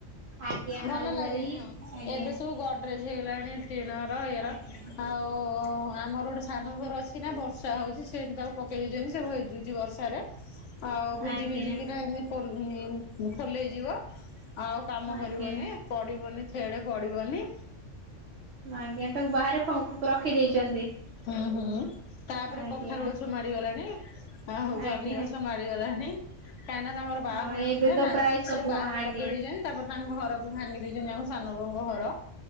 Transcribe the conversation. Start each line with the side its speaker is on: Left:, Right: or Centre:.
Right: ଆଜ୍ଞା
Left: ଭଲ
Right: ଆଲମାରି
Left: ଲାଗେନି ହଁ।
Right: ଆଜ୍ଞା
Left: ଏବେ ସବୁ ଗଡ ଡ୍ରେଜ୍ ହେଇଗଲାଣି। ଟିଣର ଇଏର
Right: ଆଜ୍ଞା
Left: ଆଉ-ଉ-ଉ ଆମର ଗୋଟେ ସାନ ଭର ଅଛି। ସିନା ବର୍ଷା ହଉଛି, ସେମତି ତାକୁ ପକେଇ ଦେଇଛନ୍ତି, ସେ ଭିଜୁଛି ବର୍ଷାରେ। ଆଉ ଭିଜି
Right: ଆଜ୍ଞା।
Left: ଭିଜିିକିନା <unintelligible> ଫଲ-ଅ ଫଲେଇଯିବ। ଆଉ କାମ
Right: ଆଜ୍ଞା
Left: କରିବନି। ପଡିବନି, ଥେଡେ ପଡିବନି।
Right: ଆଜ୍ଞା, ତାକୁ ବାହାରେ ଫ ରଖି ଦେଇଛନ୍ତି।
Left: ହୁଁ, ହୁଁ, ତାପରେ
Right: ଆଜ୍ଞା।
Left: କଖାରୁ ଅଛ ମାଡ଼ି ଗଲାଣି ଅ ହଉ
Right: ଆଜ୍ଞା
Left: ଜହ୍ନି ଗଛ ମାଡିଗଲାଣିହିଁ। କାହିଁକି ନା ତାଙ୍କର ବାହାଘର
Right: ହଁ
Left: ହେଇଥିଲା
Right: ଏବେ ତ
Left: ନା
Right: ପ୍ରାୟ
Left: ସବୁ ବାହାରେ
Right: ଆଜ୍ଞା
Left: ପକେଇ ଦେଇଚ ତା'ପରେ ତାଙ୍କ ଘର ବି ଭାଙ୍ଗି ଦେଇଛନ୍ତି, ଆମ ସାନ ବଉଙ୍କ ଘର।